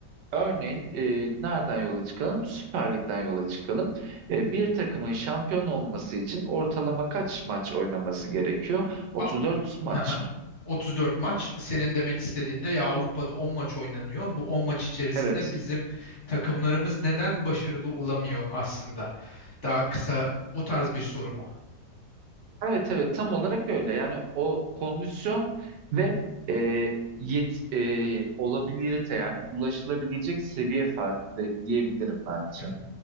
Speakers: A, on the right; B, on the left.
A: örneğin e, nereden yola çıkalım? Süper Lig'den yola çıkalım. E, bir takımın şampiyon olması için ortalama kaç maç oynaması gerekiyor? 34
B: A-
A: maç
B: hı hı.
A: mı?
B: 34 maç senin demek istediğinde ya Avrupa'da 10 maç oynanıyor. Bu 10 maç içerisinde
A: Evet.
B: bizim takımlarımız neden başarılı olamıyor aslında? Daha kısa o tarz bir soru mu?
A: Evet evet tam olarak öyle. Yani o kondisyon ve e, yet e, olabilirite yani ulaşılabilecek seviye farkı de- diyebilirim bence.
B: Hı hı.